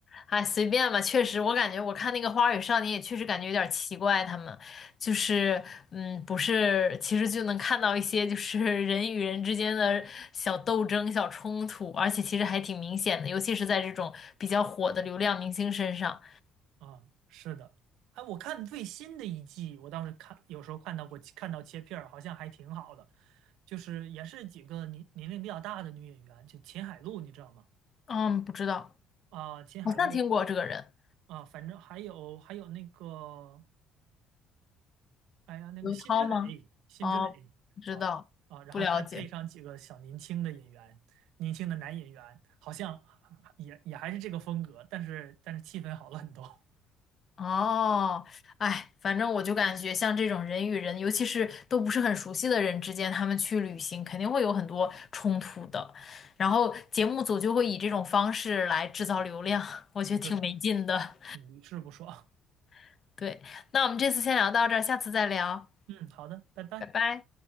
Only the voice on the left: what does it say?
哎，随便吧。确实，我感觉我看那个《花儿与少年》也确实感觉有点奇怪，他们就是嗯，不是，其实就能看到一些就是人与人之间的小斗争、小冲突，而且其实还挺明显的，尤其是在这种比较火的流量明星身上。
嗯，不知道。
好像听过这个人，
刘涛吗？
哦，不知道，
不了解。
哦，哎，反正我就感觉像这种人与人，尤其是都不是很熟悉的人之间，他们去旅行肯定会有很多冲突的。然后节目组就会以这种方式来制造流量，我觉得挺没劲的。
<laughs> 对，那我们这次先聊到这儿，下次再聊，
拜拜。